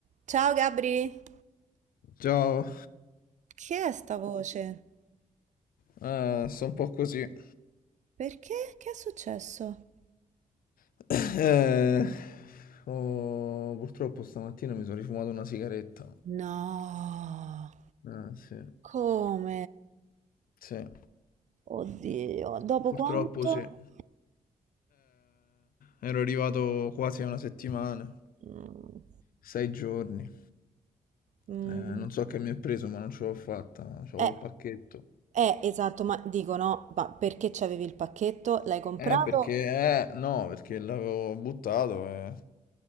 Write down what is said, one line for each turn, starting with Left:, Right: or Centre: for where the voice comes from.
Right: Ciao Gabri,
Left: Ciao,
Right: chi è sta voce?
Left: eh, sto un po' così.
Right: Perché? Che è successo?
Left: <coughs> Eh, oh, purtroppo stamattina mi sono rifumato una sigaretta.
Right: No,
Left: Eh, sì,
Right: come?
Left: sì,
Right: Oddio, dopo
Left: purtroppo
Right: quanto?
Left: sì. Eh, ero arrivato quasi a una settimana,
Right: Mm,
Left: sei giorni.
Right: mm,
Left: Eh, non so che mi è preso, ma non ce l'ho fatta, c'avevo
Right: eh,
Left: il pacchetto.
Right: eh, esatto, ma dico no, ma perché c'avevi il pacchetto? L'hai comprato?
Left: Eh, perché, eh, no, perché l'avevo buttato e